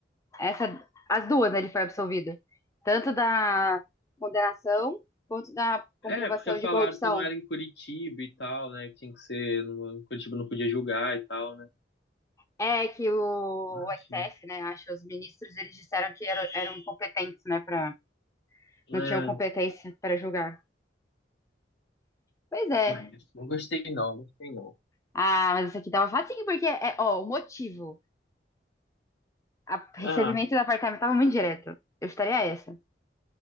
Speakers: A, on the left; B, on the left.
A: Essa, as duas, né, ele foi absolvido. Tanto da condenação quanto da comprovação
B: É, porque falaram
A: de corrupção.
B: que não era em Curitiba e tal, né? Que tinha que ser. numa- Curitiba não podia julgar e tal, né?
A: É que o,
B: Enfim.
A: o STF, né, acho, os ministros, eles disseram que eram, eram incompetentes, né, para
B: É,
A: não tinham competência para julgar. Pois é.
B: ai, não gostei não, gostei não.
A: Ah, mas isso aqui tava facinho, porque, é, ó, o motivo, a,
B: Ah,
A: recebimento do apartamento tava muito direto. Eu estaria essa.